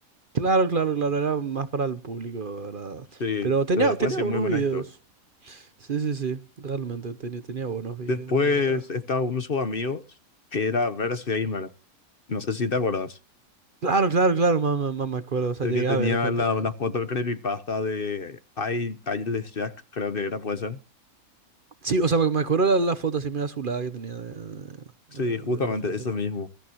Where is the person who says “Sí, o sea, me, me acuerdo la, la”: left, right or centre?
Right